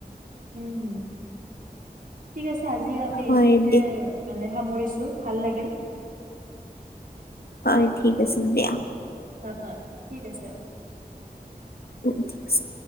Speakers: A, on the right; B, on the left.
A: উম হম ঠিক আছে আজিও আমি
B: হয়
A: এইখিনিতে
B: দে
A: মানে সামৰিছো ভাল লাগিল।
B: হয় ঠিক আছে দিয়া।
A: হয়, হয় ঠিক আছে।
B: অ ঠিক আছে।